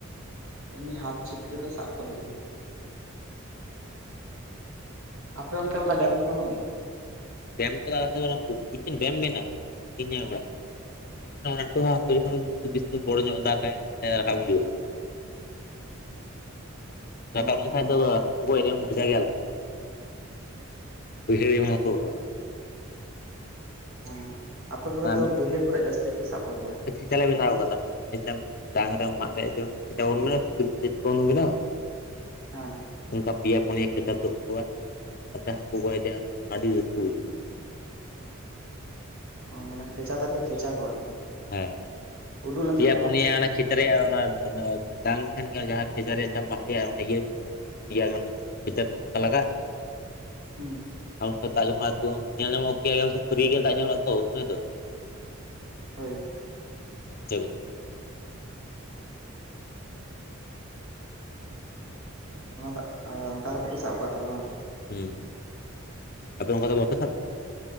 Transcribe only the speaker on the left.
ᱰᱮᱢ ᱠᱚ ᱢᱤᱫᱴᱮᱱ ᱰᱮᱢ ᱢᱮᱱᱟᱜᱼᱟ ᱥᱟᱧᱮ ᱚᱲᱟᱜ ᱠᱷᱚᱱᱟᱜ ᱫᱚ ᱢᱮᱱᱠᱷᱟᱱ ᱚᱱᱟᱚ ᱡᱚᱠᱷᱚᱱ ᱡᱛᱩ ᱵᱤᱥᱤ ᱵᱚᱲᱚ ᱧᱚᱜ ᱫᱟᱜᱟᱭ ᱨᱟᱠᱟᱵ ᱦᱤᱡᱩᱜᱼᱟᱚ <unintelligible> ᱨᱟᱠᱟᱵ
ᱞᱮᱸᱠᱷᱟ ᱫᱚᱵᱟ ᱜᱚᱡᱟ ᱨᱮᱭ ᱢᱟᱡᱟᱹᱜᱤ ᱟᱞᱟᱫᱟ ᱢᱮᱱᱟᱜ ᱟ ᱵᱩᱡᱷᱟᱣ ᱠᱚ
ᱚᱱᱟ
ᱪ ᱞᱮ ᱵᱮᱱᱟᱣ ᱟᱠᱟᱫᱟᱟᱢ ᱰᱟᱝ ᱨᱮᱟᱜ ᱨᱮᱭᱟᱜᱟ ᱵᱱᱟ ᱥᱩᱠᱨᱤ ᱪᱤᱠ ᱵᱚᱱ ᱵᱮᱱᱟᱣᱟ᱾ <inaudible>
ᱚᱱᱠᱟ ᱯᱮᱭᱟ ᱯᱩᱱᱭᱟ ᱠᱷᱮᱪᱟ ᱛᱜ ᱠᱚᱣᱟ ᱚᱱᱟᱛᱮ ᱦᱟᱹᱠᱩ ᱜᱚᱡ ᱮ ᱟᱹᱰᱤ ᱨᱟᱹᱥᱠᱟᱹ ᱵᱩᱡᱷᱟᱹᱣᱟ <unintelligible>
ᱦᱮᱸ
ᱯᱮᱭᱟ
ᱯᱩᱱᱤᱭᱟ ᱚᱱᱟ ᱠᱷ <unintelligible> ᱯᱷᱮᱪᱟᱨ ᱨᱮᱭᱟᱜ ᱚᱱᱟ ᱰᱟᱝ ᱴᱷᱮᱱ ᱜᱮ ᱡᱟᱦᱟᱸ ᱯᱷᱪᱟᱨ ᱨᱮᱭᱟᱜ ᱡ ᱢᱟᱜ ᱨᱮᱭᱟᱜ ᱚᱱᱟ ᱤᱭᱟᱹ᱾ <unintelligible> ᱯᱮᱭᱟ ᱜᱟᱱ ᱠᱪᱟᱨᱮᱱ ᱚᱱᱠᱟ ᱞᱟᱜᱟᱜᱼᱟ <inaudible>
ᱟ ᱫᱟᱜ ᱡ ᱧᱮᱞ ᱧᱟᱢᱚᱜ ᱜᱮᱭᱟ ᱯᱷᱟᱹᱨᱤ ᱜᱮ ᱫᱟᱜ ᱧᱮᱞᱚᱜᱼᱟ ᱛᱚ ᱚᱥᱚᱭ ᱫᱚ <inaudible>
ᱦᱤᱥᱟᱹᱟᱹᱜᱚᱜ ᱠᱮᱫᱟ <unintelligible>
ᱦᱸ ᱟᱯᱮ ᱚᱱᱠᱟ ᱫᱚ ᱵᱟᱯᱮ ᱥᱟᱵ ᱠᱚᱣᱟ <unintelligible>